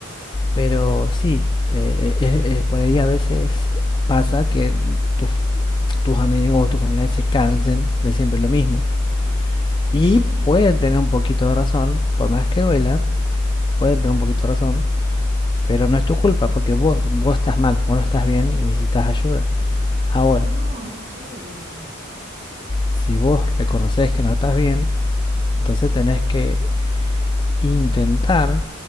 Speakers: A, on the left (about 20°); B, on the right (about 35°).
A: pero sí, eh, eh, eh, eh, por ahí a veces pasa que tus, tus amigos o tus familiares se cansen de siempre lo mismo.
B: Y
A: Y
B: sí,
A: pueden tener un poquito de razón, por más que duela, pueden tener un poquito de razón, pero no es tu culpa porque vos, vos estás mal, vos no estás bien y necesitas ayuda. Ahora,
B: no, no estoy bien.
A: si vos reconoces que no estás bien, entonces tenés que intentar